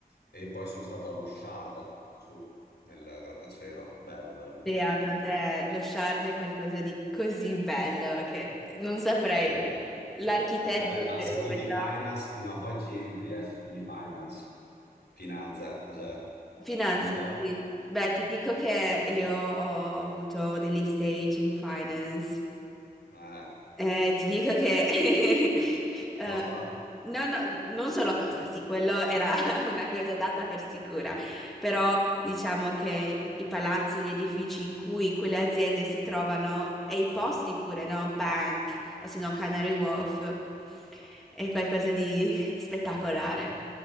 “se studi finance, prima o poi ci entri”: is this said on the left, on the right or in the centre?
Left